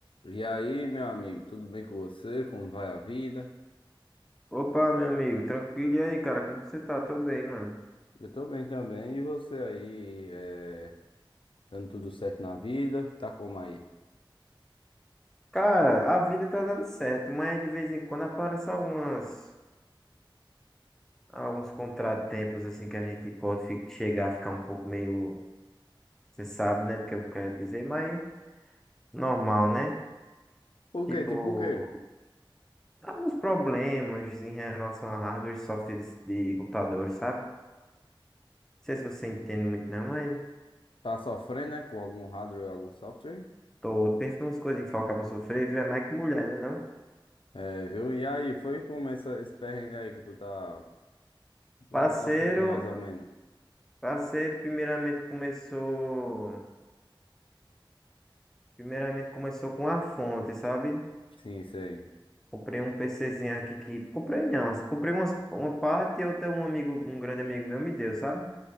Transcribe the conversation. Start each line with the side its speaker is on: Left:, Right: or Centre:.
Left: E aí, meu amigo, tudo bem com você? Como vai a vida?
Centre: Opa, meu amigo, tranquilo? E aí, cara, como você tá? Tô bem, mano.
Left: Eu tô bem também. E você aí, é, dando tudo certo na vida? Tá como aí?
Centre: Cara, a vida tá dando certo, mas de vez em quando aparecem algumas, alguns contratempos, assim, que a gente pode fi- chegar a ficar um pouco meio, você sabe, né, do que eu quero dizer, mas normal, né?
Left: Por
Centre: Tipo,
Left: quê? Tipo o quê?
Centre: alguns problemas em relação a hardware e software de de computadores, sabe? Não sei se você entende muito, não, mas
Left: Tá sofrendo, né? Com algum hardware ou algum software?
Centre: tô pensando umas coisas em que o cabo sofrer, viu? É mais que mulher, né, não?
Left: É, viu? E aí, foi como essa, esse perrengue aí que tu tá,
Centre: Parceiro.
Left: tá sofrendo, mais ou menos?
Centre: Parceiro, primeiramente começou, primeiramente começou com a fonte, sabe?
Left: Sim, sei,
Centre: Comprei um PCzinho aqui que, comprei não, assim, comprei umas, uma parte e outra um amigo, um grande amigo meu me deu, sabe?